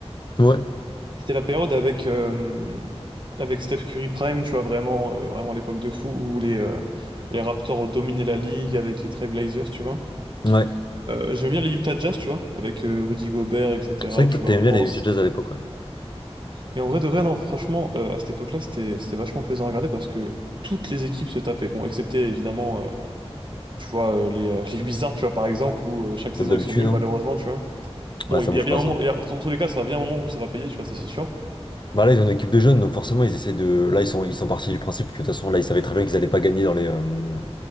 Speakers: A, on the left; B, on the right.
A: Ouais.
B: C'était la période avec, euh, avec Steph Curry Prime, tu vois, vraiment, euh, vraiment l'époque de fou où les, euh, les Raptors dominaient la ligue avec les Trail Blazers, tu vois.
A: Ouais.
B: Euh, j'aime bien les Utah Jazz, tu vois, avec euh, Rudy Gobert, etc.,
A: C'est vrai
B: tu
A: que toi,
B: vois,
A: t'aimais
B: vraiment.
A: bien les Jazz à l'époque, ouais.
B: Et en vrai de vrai, non, franchement, euh, à cette époque-là, c'était c'était vachement plaisant à regarder parce que toutes les équipes se tapaient. Bon, excepté évidemment, euh, tu vois, euh, les, euh, <laughs> les Wizards, tu vois, par exemple, où euh, chaque saison
A: Comme d'habitude,
B: ils sont nuls,
A: hein.
B: malheureusement, tu vois. Bon,
A: Ouais, ça
B: il
A: bouge
B: y a bien
A: pas,
B: un
A: ça.
B: moment, il y a- dans tous les cas, ça va bien un moment où ça va payer, tu vois, ça, c'est sûr.
A: Bah là, ils ont une équipe de jeunes, donc forcément, ils essaient de. Là, ils sont, ils sont partis du principe que de toute façon, là, ils savaient très bien qu'ils allaient pas gagner dans les, euh,